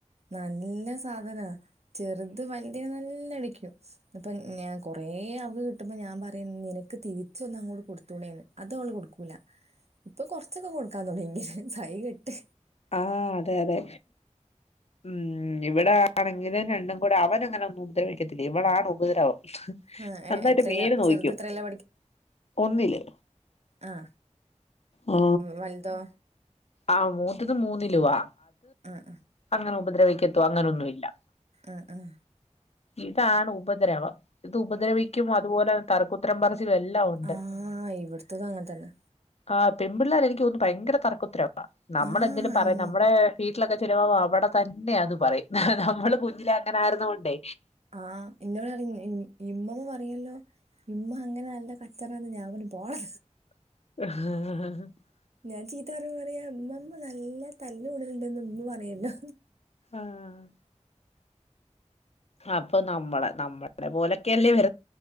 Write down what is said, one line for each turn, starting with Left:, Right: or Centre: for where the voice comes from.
Right: നല്ല സാധനാ. ചെറുത് വലയ നല്ല അടിക്കും ഇപ്പൊ ഞാൻ കൊറേ അവക്ക് കിട്ടുമ്പോ ഞാൻ പറ നിനക്ക് തിരിച്ച ഒന്ന അങ്ങോട് കൊടുത്തൂടെന്ന് അത അവള് കൊടുക്കൂല. ഇപ്പൊ കൊറച്ചൊക്കെ കൊടുക്കാൻ തൊടങ്ങി, സഹികെട്ട്.
Left: ആഹ അതെ അതെ ഉ ഉ ഇവിടെ ആണെങ്കിലും രണ്ടും കൂടെ അവര്ങ്ങനെ ഒന്നും ഉപദ്രവിക്കത്തില്ല ഇവളാണ് ഉപദ്രവം.
Right: ആ
Left: നന്നായിട്ട്
Right: എ എത്രയിലാ
Left: മേല്നോവിക്കും
Right: ചെറുത് എത്രയിലാ
Left: ഒന്നില്.
Right: ആഹ
Left: ആ
Right: വലുതോ?
Left: ആ മൂതത് മൂന്നിലൂവാ
Right: ആ ആ
Left: അങ്ങനെ ഉപ്രവിക്കത്തോ അങ്ങനൊന്ന മില്ല.
Right: ആ ആഹ
Left: ഇതാണ് ഉപദ്രവം ഇത് ഉപദ്രവിക്കും അതുപോലെ തറക്കുത്രം പറ -- എല്ലാം ഉണ്ട്.
Right: ആ ഇവിടുത്തതും അങ്ങനെ തന്നെ.
Left: ആ പെൺ പിള്ളേർ എനിക്ക ത്തോന്നുന്നു ഭയങ്കര തർക്കുത്തരവാ, നമ്മളെന്തെലും
Right: ആ
Left: പറയാം
Right: ഉം.
Left: നമ്മുടെ വീട്ടിലൊക്കെ ചിലവാ അവിടെ തന്നെ അത് പറയും നമ്മള് കുഞ്ഞിലെ അങ്ങനെ ആരുന്ന കൊണ്ടേ
Right: ആഹ് ഇന്ന ഇവിടെ അ ഇമ്മമ്മ പറയല്ലോ ഇമ്മ അങ്ങനെ നല്ല കച്ചറന്ന് ഞാൻ പോ പോടാ
Left: ആഹ
Right: ഞാൻ ചീത്ത പറഞ്ഞ പറയാ ഉമ്മമ്മ നല്ല തല്ല കൂടലുണ്ടന്ന് ഉമ്മ പറയല്ലോ
Left: ആഹ അപ്പൊ നമ്മളെ നമ്മുടെ പോലൊക്കെയല്ലേ വ